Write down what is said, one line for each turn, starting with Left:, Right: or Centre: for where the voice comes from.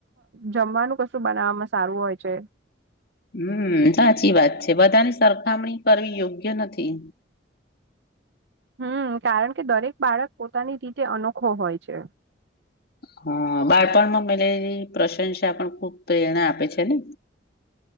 Right: જમવાનું કશું બનાવવામાં સારું હોય છે.
Left: હમ્મ સાચી વાત છે. બધાની સરખામણી કરવી યોગ્ય નથી.
Right: હમ્મ. કારણ કે દરેક બાળક પોતાની રીતે અનોખો હોય છે.
Left: હા. બાળપણમાં <unintelligible> પ્રશંસા પણ ખુબ પ્રેરણા આપે છે ને.